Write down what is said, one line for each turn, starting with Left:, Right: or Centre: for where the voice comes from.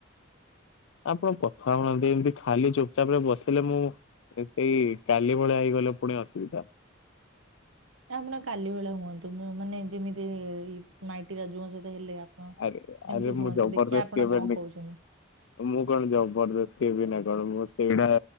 Left: ଆପଣ କଥା ହଉନାହାନ୍ତି ଏମିତି ଖାଲି ଚୁପଚାପ ରେ ବସିଲେ ମୁଁ ଏଇ କାଲି ଭଳିଆ ହେଇଗଲେ ପୁଣି ଅସୁବିଧା।
Right: ଏ ଆପଣ କାଲି ଭଳିଆ ହୁଅନ୍ତୁ। ମୁଁ ମାନେ ଯେମିତି ଏଇ ମାଇଟି ରାଜୁଙ୍କ ସହିତ ହେଲେ ହଁ।
Left: ଆରେ ଆରେ
Right: ଏମିତି ହୁଅନ୍ତୁ
Left: ମୁଁ ଜବରଦସ୍ତି
Right: ଦେଖିବା ଆପଣ
Left: ଏବେ
Right: କଣ କହୁଛନ୍ତି।
Left: ମୁଁ କଣ ଜବରଦସ୍ତ ହେବି ନା କଣ ମୁଁ ସେଇଟା